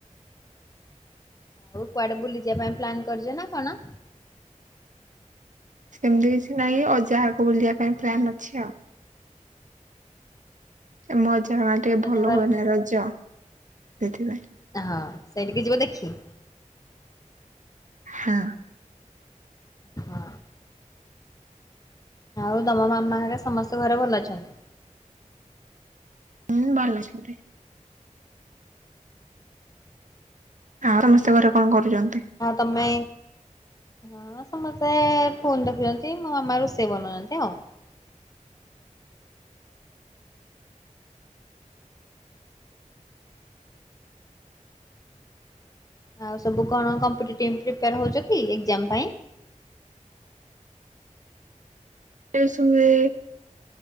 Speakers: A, on the left; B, on the right.
A: ଆଉ କୁଆଡେ ବୁଲିଯିବା ପାଇଁ ପ୍ଲାନ୍ କରିଛ ନା କଣ?
B: ସେମିତି କିଛି ନାହିଁ ଅଜା ଘରକୁ ବୁଲିବା ପାଇଁ ପ୍ଲାନ୍ ଅଛି ଆଉ। ଏ ମୋ ଅଜା ଘର ଆଡେ ଟିକେ
A: ଅଜା
B: ଭଲ
A: ଘର
B: ହୁଏ ନା ରଜ ସେଥିପାଇଁ।
A: ହଁ ସେଇ ଟିକେ ଯିବ ଦେଖି
B: ହଁ।
A: ହଁ। ଆଉ ତମ ମାମା ହେରିକା ସମସ୍ତେ ଘରେ ଭଲ ଅଛନ୍ତି?
B: ହୁ ଭଲ ଅଛନ୍ତି। ଆଉ ସମସ୍ତେ ଘରେ କଣ କରୁଛନ୍ତି?
A: ଆଉ ତମେ? ହଁ ସମସ୍ତେ ଫୋନ୍ ଦେଖୁଛନ୍ତି ମୋ ମାମା ରୋଷେଇ ବନାନ୍ତି ଆଉ। ଆଉ ସବୁ କଣ କମ୍ପିଟେଟିଭ ପ୍ରିପେୟାର ହେଉଛ କି ଏଗଜାମ୍ ପାଇଁ।
B: ଏଇ ସମୟେ